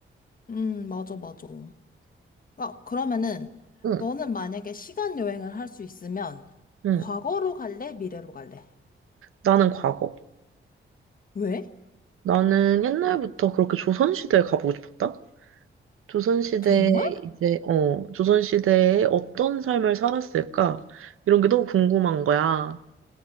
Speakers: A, on the left; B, on the right.
A: 음, 맞아, 맞아. 아, 그러면은,
B: 응,
A: 너는 만약에 시간 여행을 할 수 있으면,
B: 응.
A: 과거로 갈래? 미래로 갈래?
B: 나는 과거.
A: 왜?
B: 나는 옛날부터 그렇게 조선시대에 가보고 싶었다. 조선시대에
A: 정말?
B: 이제, 어, 조선시대에 어떤 삶을 살았을까? 이런 게 너무 궁금한 거야.